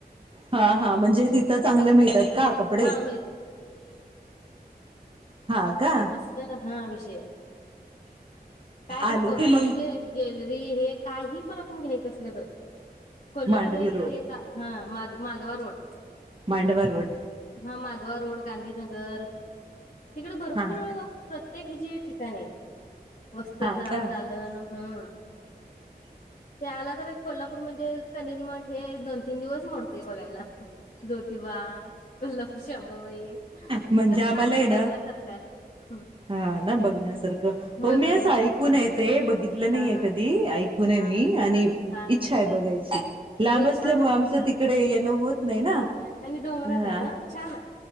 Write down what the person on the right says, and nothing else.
हा हा म्हणजे तिथं चांगलं मिळतात का कपडे?
हा का
आलो की मग
मांडवी
रोड
मांडवा रोड
हा का
हा का
म्हणजे
आम्हाला
ना
हा ना बघण्यासारखं हो
मी
असं ऐकूनय
ते
बघितलं नाहीे
कधी ऐकूूनये
मी.
आणि
इच्छा
आहे बघायची लांब
असल्यामुळे
आमच तिकडे येनो होत नाही ना.
हा